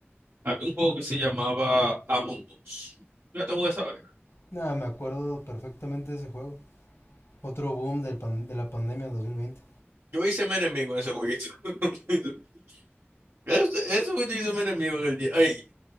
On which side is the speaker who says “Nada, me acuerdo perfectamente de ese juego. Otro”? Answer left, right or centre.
Left